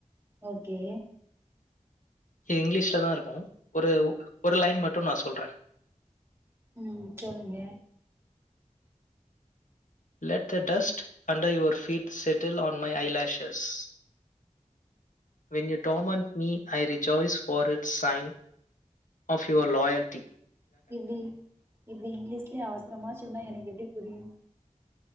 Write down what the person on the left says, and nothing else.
இது இங்கிலீஷ்ல தான் இருக்கும் ஒரு ஒரு லைன் மட்டும் நான் சொல்றேன்
லெட்ட dust under your feet settle on my eyelashes when you come and me I rejoice for it's sign of your loyalty